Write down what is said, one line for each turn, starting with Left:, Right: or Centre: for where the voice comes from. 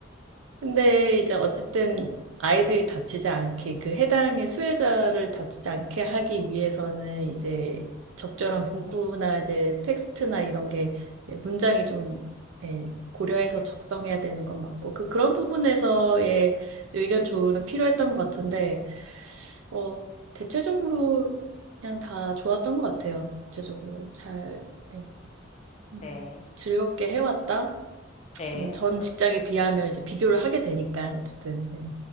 Right: 근데 이제 어쨌든 아이들이 다치지 않게 그 해당의 수혜자를 다치지 않게 하기 위해서는 이제 적절한 문구나 이제 텍스트나 이런 게 문장이 좀 예, 고려해서 작성해야 되는 건 맞고 그 그런 부분에서의 의견 조언은 필요했던 것 같은데 어 대체적으로 그냥 다 좋았던 것 같아요. 대체적으로 잘 예, 음,
Left: 네.
Right: 즐겁게 해왔다.
Left: 네.
Right: 뭐 전
Left: 어,
Right: 직장에 비하면 이제 비교를 하게 되니까 어쨌든. 예.